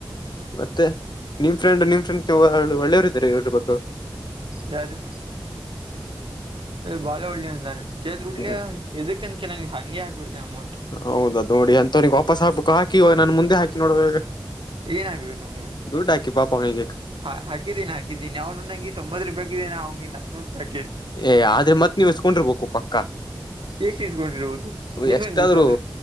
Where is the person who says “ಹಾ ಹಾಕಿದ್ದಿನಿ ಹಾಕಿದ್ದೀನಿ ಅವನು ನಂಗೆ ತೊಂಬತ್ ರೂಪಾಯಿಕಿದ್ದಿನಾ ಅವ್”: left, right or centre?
Right